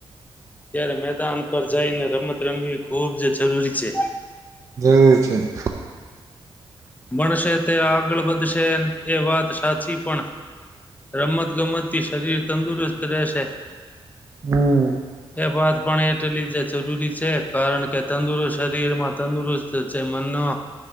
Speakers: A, on the left (about 15°); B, on the right (about 35°).
A: ત્યારે મેદાન પર જઈને રમત રમવી ખૂબ જ જરૂરી છે.
B: વી છે.
A: મળશે તે આગળ વધશે એ વાત સાચી, પણ રમત ગમતથી શરીર તંદુરસ્ત રહેશે
B: હમ
A: એ વાત પણ એટલી જ જરૂરી છે, કારણ કે તંદુરસ્ત શરીરમાં તંદુરસ્ત છે મનનો